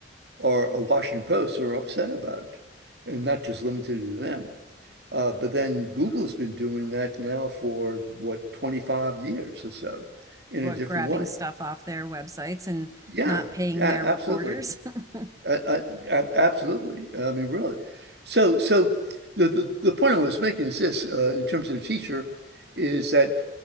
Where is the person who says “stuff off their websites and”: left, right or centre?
Right